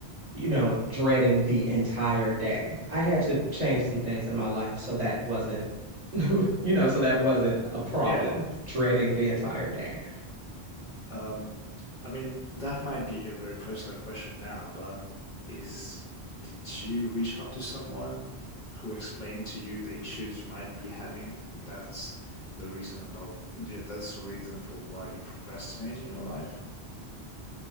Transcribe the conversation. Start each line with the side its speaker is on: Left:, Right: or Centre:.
Right: you know, dreading the entire day. I had to change some things in my life so that wasn't, <laughs> you know, so that wasn't a problem,
Left: Yeah.
Right: dreading the entire day.
Left: Um, I mean, that might be a very personal question now, but is did you reach out to someone who explained to you the issues you might be having, and that's the reason about yeah, that's the reason for why you procrastinate in your life?